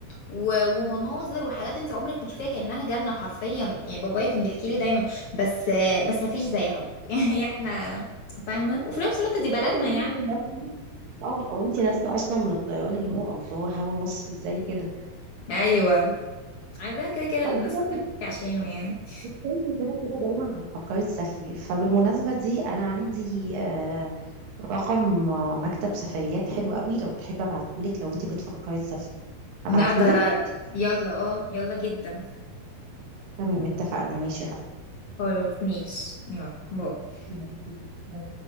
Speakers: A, on the left; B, on the right.
A: و... ومناظر وحاجات أنت عمرك ما تشوفيها كأنها جنة حرفيا يعني بابايا كان بيحكي لي دايما بس بس ما فيش زيها <laughs> يعني إحنا فاهمة وفي نفس الوقت دي
B: <laughs>
A: بلدنا
B: وانت
A: يعني
B: نازله أه، وانت نازله اصلا من الطيران اللي هو الله هوا مصر ازاي كده
A: ايوه عندها كده كده الناس
B: بس برضه
A: كلها بتيجي عشانه يعني
B: انت كده كده دايما هتفكري تسافري فبالمناسبه دي انا عندي آه، رقم آه، مكتب سفريات حلو قوي لو تحب ابعتهولك لو انت بتفكري تسافري
A: لا
B: ابعتهولك
A: ده يلا اه يلا جدا
B: تمام اتفقنا ماشي يا
A: خلاص ماشي يلا باي
B: حبيبي.